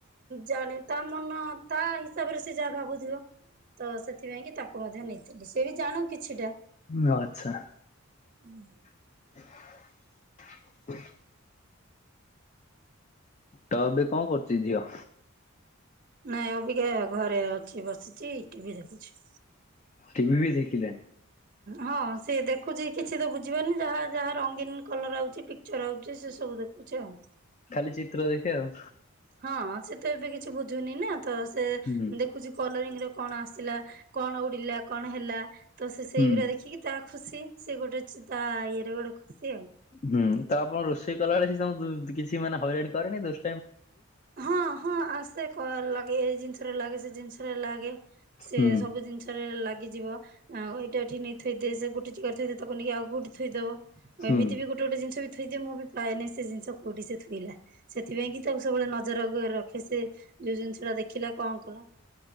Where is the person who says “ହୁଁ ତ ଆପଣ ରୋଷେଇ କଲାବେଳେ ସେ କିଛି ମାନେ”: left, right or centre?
Left